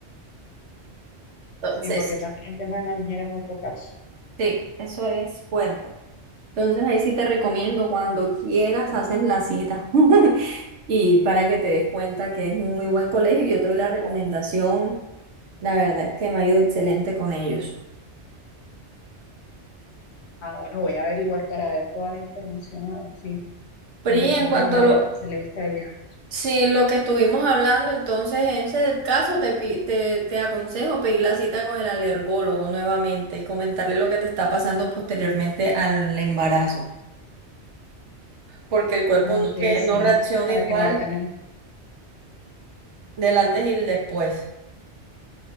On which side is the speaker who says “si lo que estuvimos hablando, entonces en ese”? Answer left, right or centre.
Right